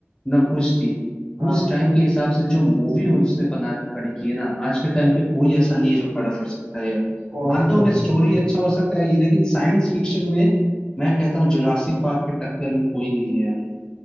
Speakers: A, on the left; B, on the right.
A: ना कुछ थी
B: हाँ
A: उस टाइम के हिसाब से जो मूवी उसने बना के खड़ी की है ना आज के टाइम पे कोई ऐसा नहीं है जो खड़ा कर सकता है यार
B: पॉसिबल
A: मानता हूँ मैं
B: नहीं
A: स्टोरी
B: है भाई
A: अच्छा हो सकता है ये लेकिन साइंस फिक्शन में मैं कहता हूँ जुरासिक पार्क के टक्कर में कोई नहीं है यार